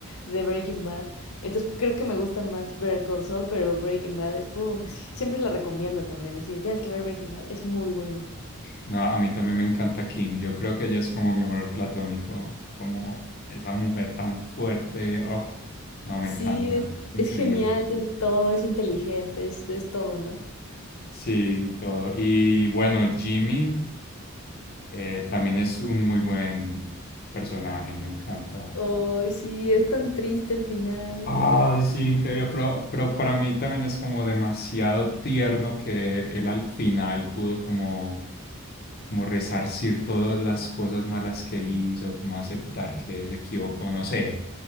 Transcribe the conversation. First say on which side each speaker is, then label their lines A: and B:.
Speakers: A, on the left (about 85°); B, on the left (about 45°).
A: de Breaking Bad. Entonces creo que me gusta más Better Call Saul, pero Breaking Bad es, puf, es que siempre la recomiendo también, así de, tienes que ver Breaking Bad, es muy buena.
B: no, a mí también me encanta Kim. Yo creo que ella es como mi amor platónico, como esa mujer tan fuerte. Oh, no, me
A: Sí,
B: encanta.
A: es,
B: Increíble.
A: es genial, tiene todo, es inteligente, es, es todo, ¿no?
B: Sí, todo. Y bueno, Jimmy eh, también es un muy buen personaje, me encanta.
A: Ay, sí, es tan triste el final.
B: Ay, sí, increíble, pero, pero para mí también es como demasiado tierno que él al final pudo como, como resarcir todas las cosas malas que hizo, como aceptar que se equivocó, no sé,